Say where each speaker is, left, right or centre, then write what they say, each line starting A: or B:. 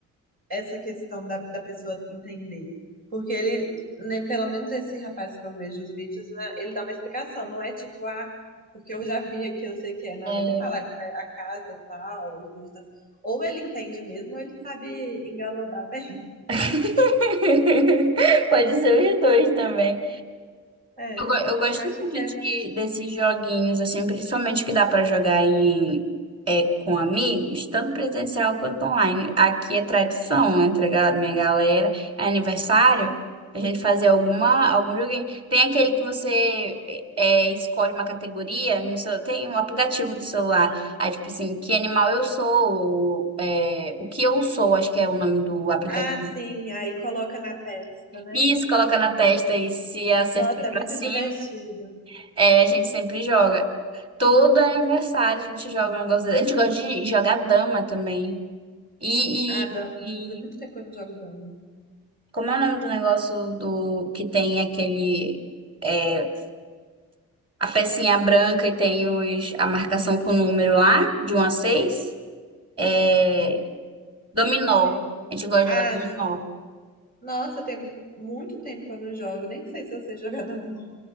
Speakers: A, on the right (about 85°); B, on the right (about 40°).
A: essa questão da, da pessoa entender. Porque ele, né, pelo menos esse rapaz que eu vejo os vídeos, né, ele dá uma explicação, não é tipo, ah, porque eu já vi aqui, eu sei que é. Não,
B: É.
A: ele fala, é porque é a casa tal, a vegetação. ou ele entende mesmo, ou ele sabe engabelodar <laughs> bem.
B: <laughs> Pode ser os dois também.
A: É,
B: Eu, go- eu gosto
A: acho
B: muito
A: que é
B: de,
A: uma mistura.
B: desses joguinhos, assim, principalmente que dá para jogar em, é, com amigos, tanto presencial quanto online. Aqui é tradição entre a ga- minha galera, é aniversário, a gente fazer alguma, algum joguinho. Tem aquele que você é, é, escolhe uma categoria, no seu, tem um aplicativo do celular, aí tipo assim, que animal eu sou, ou, é, o que eu sou, acho que é o nome do aplicativo.
A: Ah, sim, aí coloca na testa, né?
B: Isso, coloca na testa e se acertar
A: Nossa, é
B: pra
A: muito
B: cima.
A: divertido.
B: É, a gente sempre joga. Todo aniversário a gente joga um negócio. desse. A gente gosta de jogar dama também. E,
A: Ah,
B: e,
A: dama.
B: e
A: Tem muito tempo que eu não jogo dama.
B: como é o nome do negócio do que tem aquele é, a pecinha branca e tem os, a marcação com o número lá, de um a seis É, dominó.
A: É.
B: A gente gosta
A: Ah,
B: de jogar dominó.
A: sim. Nossa, tem muito tempo que eu não jogo. Nem sei se eu sei jogar dominó.